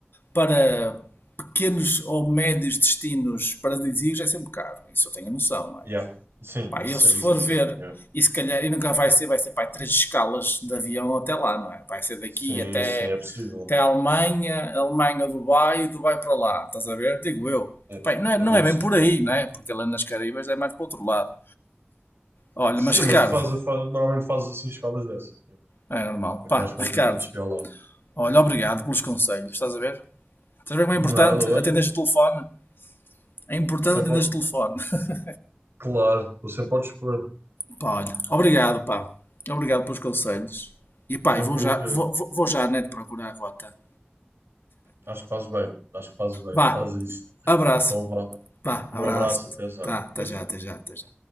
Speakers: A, on the left; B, on the right.
A: para pequenos ou médios destinos paradisíacos é sempre caro, isso eu tenho a noção, não é?
B: Yeah. Sim,
A: Pá,
B: isso,
A: eu se
B: isso
A: for
B: é sempre.
A: ver,
B: é.
A: e se calhar, e nunca vai ser, vai ser, pá, três escalas de avião até lá, não é? Vai ser daqui
B: Sim,
A: até,
B: sim, é possível.
A: até a Alemanha, Alemanha, Dubai, Dubai para lá, estás a ver? Digo eu.
B: É,
A: Bem, não é,
B: é
A: não
B: bem
A: é
B: possível.
A: bem por aí, não é? Porque lá nas Caribas é mais para o outro lado. Olha,
B: Sim,
A: mas Ricardo,
B: mas faz, a- faz- normalmente fazes assim escalas dessas.
A: é normal.
B: É
A: Pá,
B: mais complicado
A: Ricardo,
B: chegar lá.
A: olha, obrigado pelos conselhos, estás a ver? Estás a ver como
B: Nada,
A: é importante
B: olha.
A: atenderes o telefone? É importante
B: Sempre,
A: atenderes
B: ao-
A: o telefone. <laughs>
B: claro, estou sempre a dispor.
A: Pá, olha, obrigado, pá. Obrigado pelos conselhos. E pá,
B: Tranquilo,
A: e vou já,
B: Pedro.
A: vou, vou vou já, né, de procurar a rota.
B: Acho que fazes bem. Acho que fazes bem.
A: Vá,
B: Faz isso.
A: abraço.
B: Então vá.
A: Vá,
B: Um
A: abraço.
B: abraço, até já.
A: Tá,
B: Até
A: tá já,
B: já.
A: tá já, tá já.